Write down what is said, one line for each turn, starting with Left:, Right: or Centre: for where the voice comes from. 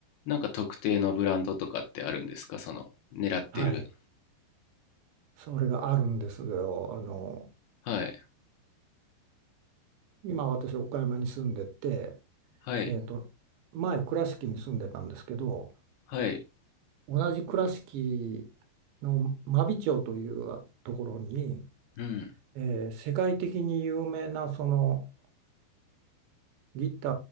Left: なんか特定のブランドとかってあるんですかその、狙ってる。
Right: はい。それがあるんですよ。あの、
Left: はい、
Right: 今私、岡山に住んでて、
Left: はい、
Right: えっと、前、倉敷に住んでたんですけど、
Left: はい。
Right: 同じ倉敷の真備町というところに、
Left: うん。
Right: えー世界的に有名なそのギタ